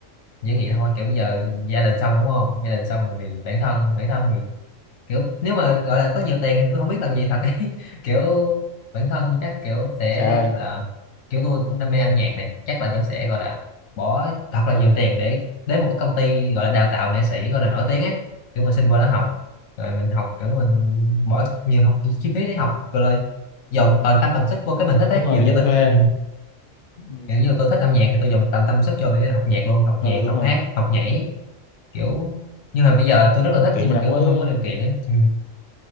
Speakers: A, on the left; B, on the left.
A: những gì thôi kiểu bây giờ gia đình xong rồi đúng không gia đình xong rồi thì bản thân bản thân thì kiểu nếu mà gọi là có nhiều tiền thì tôi không biết làm gì thật ấy. <laughs> kiểu bản thân chắc kiểu sẽ
B: trời ơi
A: gọi là kiểu tôi cũng đam mê âm nhạc này chắc là tôi sẽ gọi là bỏ thật là
B: ừ
A: nhiều tiền để đến một cái công ty gọi là đào tạo nghệ sĩ gọi là nổi tiếng ấy kiểu mình xin vô đó học rồi mình học kiểu mình bỏ nhiều học chi phí để học rồi là dồn toàn tâm toàn sức vô cái mình thích ấy
B: đúng rồi
A: nhiều
B: kiểu
A: giờ
B: như
A: tới
B: thuê
A: tôi,
B: ừ
A: kiểu như tôi thích âm nhạc thì tôi dồn toàn tâm sức vô để học nhạc luôn học
B: Ờ
A: nhạc
B: đúng
A: học
B: rồi
A: hát học nhảy kiểu nhưng mà bây giờ tôi rất là thích
B: kiểu
A: nhưng
B: như
A: mà
B: là
A: kiểu
B: mỗi
A: tôi không có điều kiện ấy ừ.